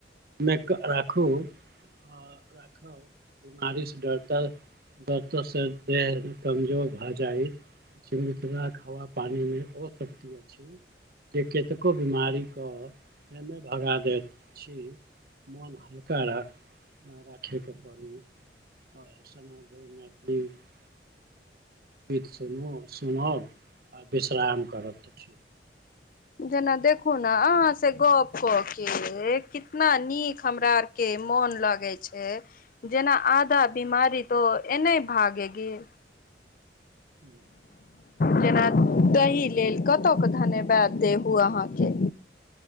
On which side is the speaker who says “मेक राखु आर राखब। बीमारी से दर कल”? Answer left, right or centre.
Right